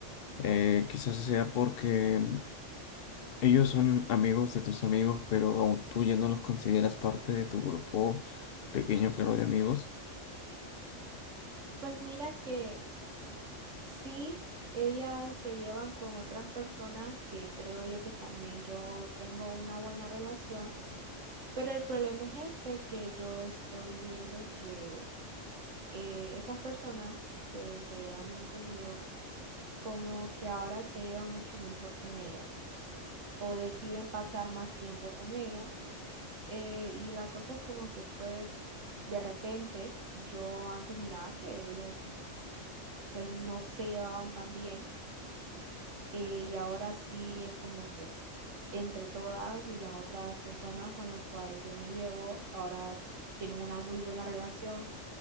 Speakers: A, on the left (about 60°); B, on the right (about 85°).
A: eh, quizás sea porque mm, ellos son amigos de tus amigos, pero aún tú ya no los consideras parte de tu grupo pequeño, claro, de amigos.
B: Pues mira que sí, ellas se llevan con otras personas que creo yo que también yo tengo una buena relación, pero el problema es ese que yo estoy viendo que eh, esas personas que se llevan bien conmigo, como que ahora se llevan mucho mejor con ellas o deciden pasar más tiempo con ellas. Eh, y la cosa es como que fue de repente, yo antes miraba que ellas pues no se llevaban tan bien eh, y ahora sí es como que entre todas y las otras personas con las cuales yo me llevo, ahora tienen una muy buena relación